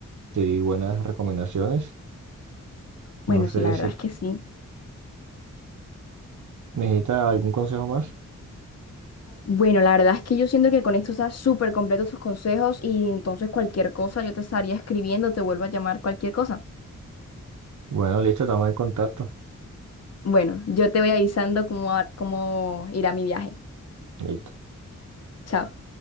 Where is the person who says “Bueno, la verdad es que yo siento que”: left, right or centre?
Left